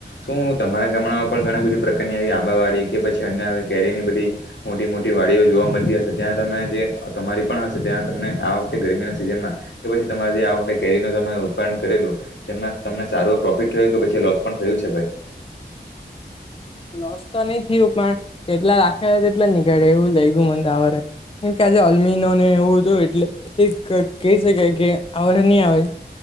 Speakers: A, on the left; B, on the left.
A: શું તમારા ગામણા પણ ઘણી બધી પ્રકારની આવી આંબાવાળી કે પછી અ્ય હ કેરીની બધી મોટી મોટી વાડીઓ જોવા મળતી હશે ત્યાં તમે જે તમારી પણ હશે ત્યાં તમને આ વખતે ગરમીના સિઝનમાં કે પછી તમારી જે આ વખતે કેરીનું ત ઉત્પાદન કરેલું તેમ તમને સારું પ્રોફિટ થયું કે પછી લોસ પણ થયું છે ભાઈ
B: નસ્તા નહ ઉપમા એટલા રાખે તેટલા નીકળે એવું લઈ ગય મને તો આવરે એમ કેજે અલમીનો ને એવું હતું એટલે એક કહી શકાય કે આવર નહી આવે